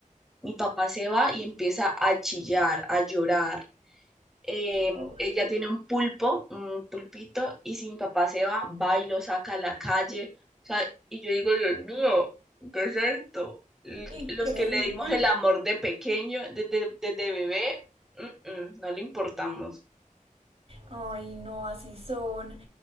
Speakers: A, in the centre; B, on the right.
A: Mi papá se va y empieza a chillar, a llorar, eh,
B: pobre.
A: ella tiene un pulpo, un pulpito, y si mi papá se va, va y lo saca a la calle. O sea, y yo digo, Dios mío, ¿qué es esto? L-
B: Increíble.
A: Los que le dimos el amor de pequeño, desde, desde bebé, mm, mm, no le importamos.
B: Ay, no, así son.